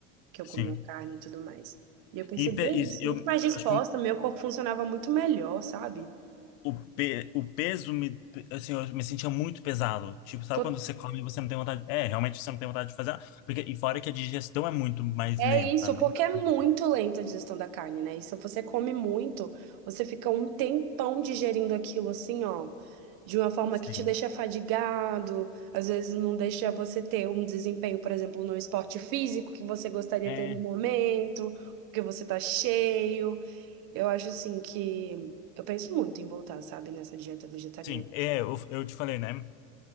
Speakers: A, on the right; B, on the left.
A: que eu
B: sim.
A: comia carne e tudo mais. E eu percebia
B: E, pe- e
A: isso,
B: eu
A: muito mais disposta,
B: acho que
A: meu corpo funcionava muito melhor, sabe?
B: o, pe, o peso me, assim, eu me sentia muito pesado. Tipo, sabe
A: Tô-
B: quando você come e você não tem vontade? É, realmente você não tem vontade de fazer. nada. Porque, e fora que a digestão é muito mais
A: É
B: lenta,
A: isso,
B: né?
A: porque
B: da
A: é muito
B: comida.
A: lenta a digestão da carne, né? E se você come muito, você fica um tempão digerindo aquilo assim, ó, de uma forma
B: Sim.
A: que te deixa fadigado, às vezes não deixa você ter um desempenho, por exemplo, no esporte físico que você gostaria
B: É,
A: de ter no momento, porque você tá cheio. Eu acho assim que eu penso muito em voltar, sabe, nessa dieta vegetariana.
B: sim. É, eu, eu te falei, né?